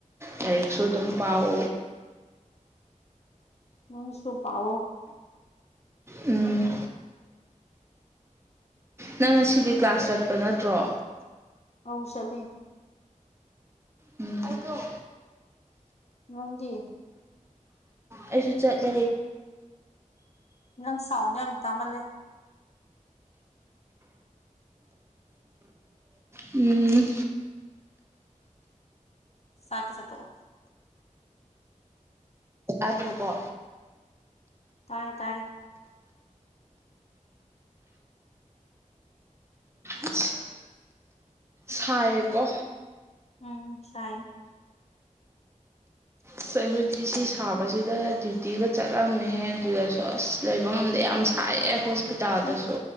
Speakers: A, on the right; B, on the left.
A: ꯂꯥꯏꯔꯤꯛꯁꯨ ꯑꯗꯨꯝ ꯄꯥꯎ
B: ꯅꯪꯁꯨꯨ ꯄꯥꯎꯑꯣ
A: ꯎꯝ ꯅꯪ ꯉꯁꯤꯗꯤ ꯀ꯭ꯂꯥꯁ ꯆꯠꯄ ꯅꯠꯇ꯭ꯔꯣ
B: ꯑꯧ ꯆꯠꯂꯦ
A: ꯎꯝ
B: ꯅꯪꯗꯤ
A: ꯑꯩꯁꯨ ꯆꯠꯂꯦ
B: ꯅꯪ ꯁꯥꯎꯟꯗ ꯌꯥꯝ ꯇꯥꯃꯜꯂꯦ
A: ꯎꯝ
B: ꯆꯥꯛꯇꯣ ꯆꯥꯊꯣꯛꯑꯣ
A: ꯇꯗ꯭ꯔꯕꯣ
B: ꯇꯥꯏꯌꯦ ꯇꯥꯏꯌꯦ
A: <inaudible> ꯑꯁ ꯁꯥꯏꯌꯦꯀꯣ
B: ꯎꯝ ꯁꯥꯏ
A: ꯑꯁ ꯑꯩꯈꯣꯏꯗꯤ ꯁꯤ ꯁꯥꯕꯁꯤꯗ ꯗ꯭ꯌꯨꯇꯤꯒ ꯆꯠꯂꯝꯃꯦ ꯑꯗꯨꯗꯁꯨ ꯑꯁ ꯂꯩꯕ ꯉꯝꯗꯦ ꯌꯥꯝ ꯁꯥ ꯁꯥꯏꯌꯦ ꯍꯣꯁꯄꯤꯇꯥꯜꯗꯁꯨ
B: ꯎꯝ